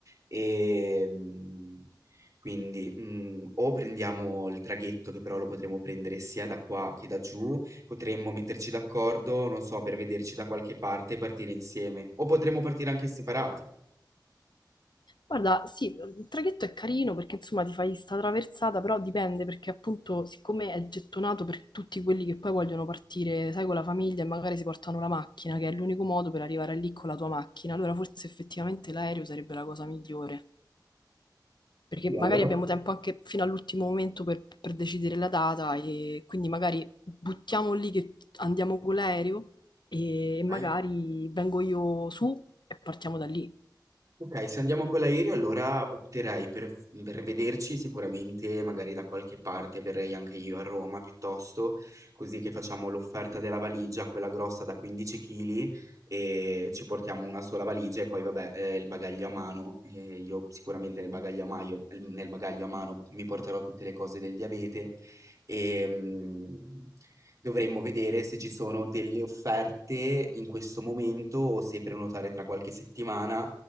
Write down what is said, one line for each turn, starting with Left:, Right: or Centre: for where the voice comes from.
Right: ehm, quindi, mhmm, o prendiamo il traghetto, che però lo potremo prendere sia da qua che da giù, potremmo metterci d'accordo, non so, per vederci da qualche parte e partire insieme, o potremmo partire anche separati.
Left: Guarda, sì, il traghetto è carino perché insomma ti fai sta traversata, però dipende perché appunto siccome è gettonato per tutti quelli che poi vogliono partire, sai, con la famiglia e magari si portano la macchina, che è l'unico modo per arrivare lì con la tua macchina, allora forse effettivamente l'aereo sarebbe la cosa migliore, perché
Right: Sì,
Left: magari
Right: allora
Left: abbiamo tempo anche fino all'ultimo momento per, per decidere la data e quindi magari buttiamo lì che andiamo con l'aereo e magari
Right: Okay?
Left: vengo io su e partiamo da lì.
Right: Ok, se andiamo con l'aereo allora opterei per, per vederci sicuramente magari da qualche parte, verrei anche io a Roma piuttosto, così che facciamo l'offerta della valigia, quella grossa da 15 kg e ci portiamo una sola valigia e poi vabbè eh, il bagaglio a mano, eh, io sicuramente nel bagaglio a maio- nel bagaglio a mano mi porterò tutte le cose del diabete e mm, dovremmo vedere se ci sono delle offerte in questo momento o se prenotare tra qualche settimana